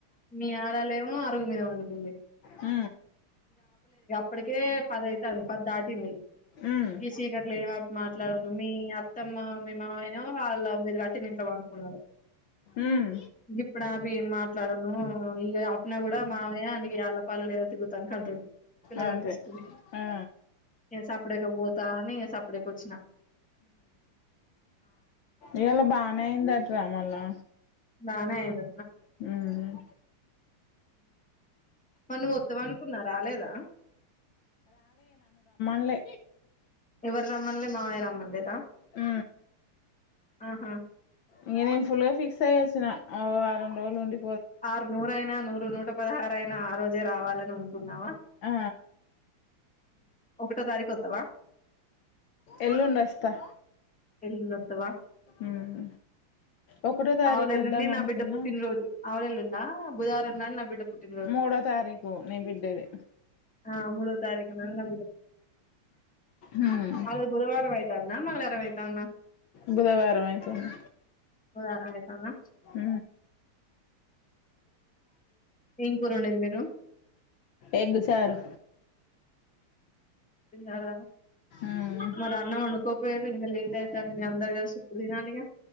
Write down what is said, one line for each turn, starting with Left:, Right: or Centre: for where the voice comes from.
Centre: నీ ఆలాలేమో మీ పడుకుంది
Left: హ
Centre: ఇప్పటికే పదైతంది పది దాటింది
Left: ఉమ్
Centre: ఈ సీకట్లో ఏమి మాట్లాడను మీ అత్తమ్మ మీ మావయ్య నేమో వాళ్ళ మీరు గట్టి నింట్లో పడుకున్నారు
Left: ఉమ్
Centre: ఇప్పుడు ఆపి మాట్లాడను ఇక అప్పున కూడా మామయ్య ఆనకి యాళ్ళపాల లేదా తిప్పుదానికి అంటాడు పిల్లగానేసుకుని
Left: అంతే ఆ
Centre: నెన్ సపరేట్ గా పో తా న అసప్పుడ కుచ్చనా
Left: ఇవలా బాగానే అయిందా డ్రామలా
Centre: బానే అయ్యిండు
Left: హ్మ్మ్
Centre: మనమొద్దం అనుకున్నారా లేదా
Left: పలె
Centre: ఎవరు రామన్లే మావయరమ్మన్లేదా
Left: అ
Centre: ఆహా
Left: ఇంక నేను ఫుల్గా ఫిక్స్ అయ్యి వచ్చినా ఆ వారం రోజులు ఉండి
Centre: ఆరు నూరయినా నూ నూట పదహారు అయిన ఆ రోజే రావాలని అనుకున్నావా
Left: ఆ
Centre: ఒకటో తారీకు వస్తావా
Left: ఎల్లుండి వస్తా
Centre: ఎల్లుండి వస్తావా
Left: ఉమ్ ఒకటో తారీఖు
Centre: ఆవులెల్లుండి
Left: వద్దాం
Centre: నా
Left: అనుకున్నా
Centre: బిడ్డ పుట్టినరోోజు ఆవులెల్ళండి డా బుధారం నాడు నా బిడ్డ పుట్టిన రోజు
Left: మూడో తారీఖు నీ బిడ్డది
Centre: ఆ మూడో తారీఖు న విధ
Left: ఉమ్
Centre: అ బుధవారం అయితాది నా మంగళారం అ
Left: బుధవారం అతుంది
Centre: రారాత
Left: అ
Centre: ఏం కూరండేది మీరు
Left: ఎగ్గు చారు
Centre: విర
Left: ఉమ్
Centre: మరి అన్న ఉనకో వేరు లేట్తే త మీ అందరగాసిప్పు దనాలిగా